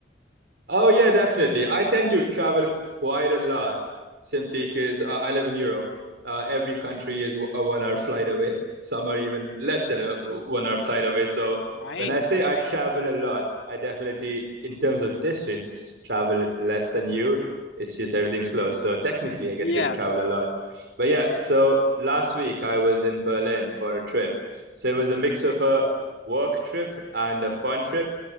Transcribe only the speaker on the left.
Right,
right.
Yeah.